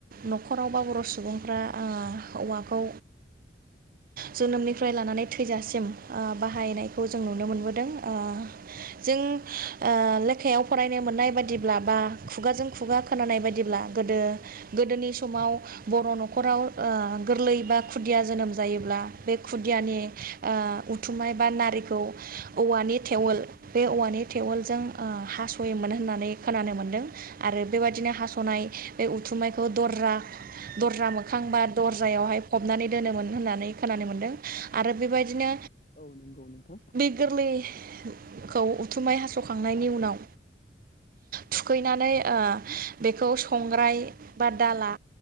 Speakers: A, on the right; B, on the left.
A: न'खराव बा बर' सुबुंफ्रा ओ औवाखौ जोनोमनिफ्राय लानानै थैजासिम ओ बाहायनायखौ जों नुनो मोनबोदों। ओ जों लेखायाव फरायनो मोननाय बादिब्ला बा खुगाजों खुगा खोनानाय बायदिब्ला गोदो गोदोनि समाव बर' न'खराव ओ गोरलै बा खुदिया जोनोम जायोब्ला बे खुदियानि
B: औ औ
A: ओ उथुमाय बा नारिखौ औवानि थेवोल बे औवानि टेवलजों हास'योमोन होननानै खोनानो मोन्दों। आरो बेबायदिनो हास'नाय बे उथुमनायखौ दरजा दरजा मोखां बा दरजायावहाय फबनानै दोनोमोन होननानै खोनानो मोन्दों। आरो बेबायदिनो
B: औ नंगौ नोंथां
A: बि गोरलै खौ थुमाय हास'खांनायनि उनाव थुखैनानै ओ बेखौ संग्राय बा दाला